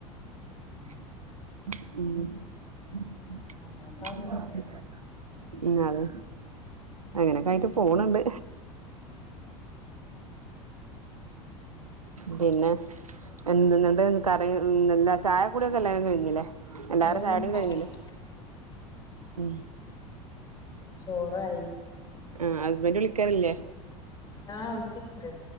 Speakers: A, on the left; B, on the right.
A: മ്
B: മ് <inaudible>
A: അങ്ങനെയൊക്കെ ആവുമ്പോ ഒരിതാണ്
B: ഉം അത് അങ്ങനെയൊക്കെ ആയിട്ട് പോണുണ്ട്. പിന്നെ എന്ത്‌ന്നണ്ട് കറങ്ങി ചായക്കൂടിയൊക്കെ എല്ലാരും കഴിഞ്ഞില്ലേ? എല്ലാരുടെ
A: യോ
B: ചായടിം
A: ചായ
B: കഴിഞ്ഞിലെ
A: കുടി കഴിഞ്ഞോ
B: ഉം?
A: ചോറായി.
B: ആ ഹസ്ബൻഡ് വിളിക്കാറില്ലേ
A: ആ വിളക്കലണ്ട്